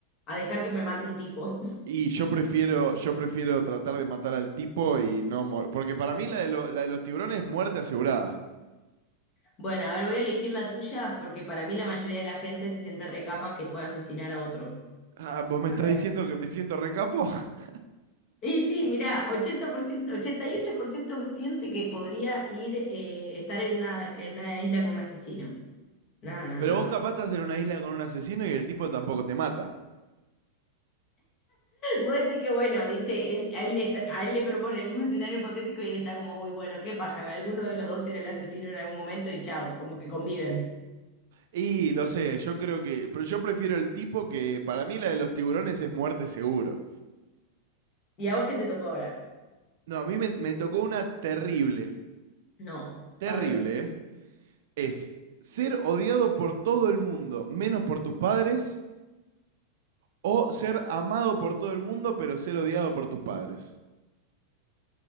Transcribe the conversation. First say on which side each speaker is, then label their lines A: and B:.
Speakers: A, on the left; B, on the right.
A: a dejar que me mate un tipo. <laughs>
B: Y yo prefiero, yo prefiero tratar de matar al tipo y no mor- Porque para mí la de, lo- la de los tiburones es muerte asegurada.
A: Bueno, a ver, voy a elegir la tuya porque para mí la mayoría de la gente se siente recapa que pueda asesinar a otro.
B: Ah, vos me
A: A
B: estás
A: ver.
B: diciendo que me siento recapo. <laughs>
A: Y sí, mirá, ochenta por ciento ochenta y ocho por ciento siente que podría ir, eh, estar en una, en una isla con un asesino. No, no,
B: Pero
A: no,
B: vos
A: no.
B: capaz
A: <laughs>
B: estás en una isla con un asesino y el tipo tampoco te mata.
A: Vos decís que bueno, dice, él, a, él está- a él le propone el mismo escenario hipotético y él está como, uy, bueno, qué paja, alguno de los dos era el asesino en algún momento y chao como que conviven.
B: Y no sé, yo creo que. Pero yo prefiero el tipo que. Para mí, la de los tiburones es muerte seguro.
A: ¿Y a vos qué te tocó ahora?
B: No, a mí me, me tocó una terrible.
A: No.
B: Terrible,
A: a ver
B: ¿eh? Es ser odiado por todo el mundo, menos por tus padres. O ser amado por todo el mundo, pero ser odiado por tus padres.